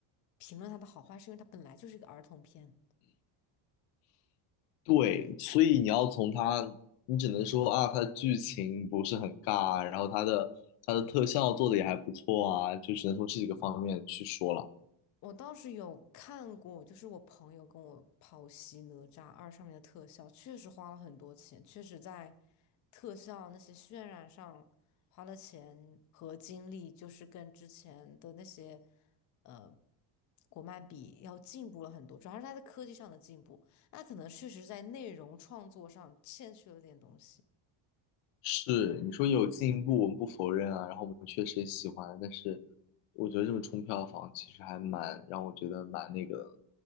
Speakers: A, on the left; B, on the left.
A: 评论它的好坏，是因为它本来就是一个儿童片，
B: 对，所以你要从他，你只能说啊，他的剧情不是很尬，然后他的他的特效做的也还不错啊，就只能从这几个方面去说了。
A: 我倒是有看过，就是我朋友跟我剖析《哪吒二》上面的特效，确实花了很多钱，确实在特效那些渲染上花了钱和精力，就是跟之前的那些呃国漫比要进步了很多，主要是它在科技上的进步，那可能确实在内容创作上欠缺了点东西。
B: 是，你说有进步，我们不否认啊，然后我们确实也喜欢，但是我觉得这么冲票房其实还蛮让我觉得蛮那个的，